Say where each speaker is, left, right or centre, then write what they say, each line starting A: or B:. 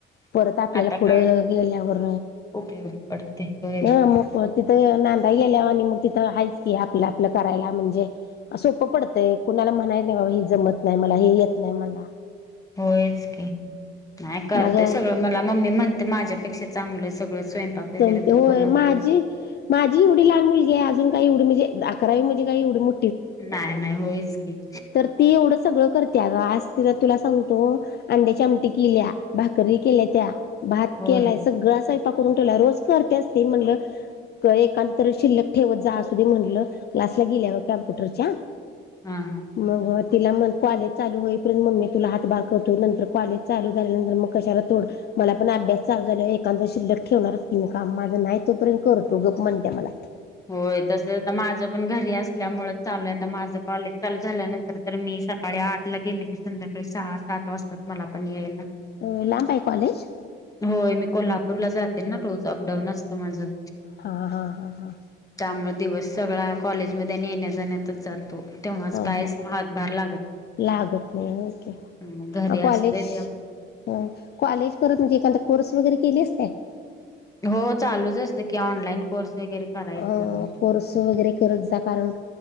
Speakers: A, on the left (about 55°); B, on the left (about 15°).
A: परत आपल्याला
B: आता
A: पुढं
B: काय
A: गेल्यावर
B: उपयोग पडते होय.
A: <unintelligible> तिथं नांदाय गेल्यावर आणि मग तिथं आहेच की आपलं आपलं करायला म्हणजे सोपं पडतंय. कुणाला म्हणाय नको नाही बाबा हे जमत नाही मला हे येत नाही मला
B: होयच की नाही करतय
A: माझ्या
B: सगळं मला मम्मी म्हणते माझ्यापेक्षा चांगलं सगळं स्वयंपाक वगैरे
A: जमते
B: तू
A: होय
B: बनवतेस
A: माझी माझी एवढी लहान मुलगी आहे अजून काय एवढी म्हणजे अकरावी म्हणजे काय एवढी मो
B: नाय नाय होयच की
A: तर ती एवढं सगळं करत्या ग आज तीच तुला सांगतो अंड्याची आमटी कील्या, भाकरी केल्यात्या, भात
B: होय
A: केलाय सगळा स्वयंपाक करून रोज करत्याच ती म्हटलं एकां तर शिल्लक ठेवत जा असू दे म्हटलं क्लासला गिल्या बघ कॅम्पुटरच्या
B: हा हा
A: मग तिला म कॉलेज चालू होईपर्यंत मम्मी तुला हातभार करतो नंतर कॉलेज चालू झाल्यानंतर मग कशाला तोड मला पण अभ्यास चालू झाल्यावर एकांद शिल्लक ठेवणारच की मी काम, माझं नाही तोपर्यंत करतो गप म्हणत्या मला.
B: होय तस आता माझं पण घरी असल्यामुळ चालू आहे आता माझं कॉलेज चालू झाल्यानंतर तर मी सकाळी आठ ला गेली की संध्याकाळी सहा सात वाजतात मला पण यायला.
A: अ लांब हाय कॉलेज?
B: होय मी कोल्हापूरला जाते ना रोज अपडाऊन असतं माझं.
A: हा हा हा हा.
B: त्यामुळ दिवस सगळा कॉलेजमध्ये येण्या-जाण्यातच जातो. तेव्हाच
A: हो
B: कायच
A: हो
B: म हातभार लागत
A: लागत नाही, होय की
B: नाही घरी असते
A: कॉलेज
B: ते
A: हा, कॉलेज करत म्हणजे एकांदा कोर्स वगैरे केलीस काय?
B: हो, चालूच असत की ऑनलाईन कोर्स वगैरे. करायचं.
A: अ कोर्स वगैरे करत जा कारण